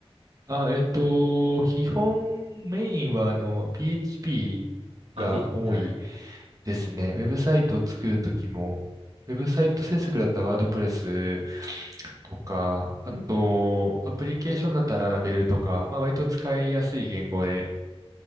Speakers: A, on the right; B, on the right.
A: あ、えっと、基本メインはあの PHP
B: あ、
A: が多い
B: PHP、はい。
A: ですね。ウェブサイトを作るときも、ウェブサイト制作だったらワードプレスとか、あと、
B: うん。
A: アプリケーションだったらララベルとか、まあ割と使いやすい言語で、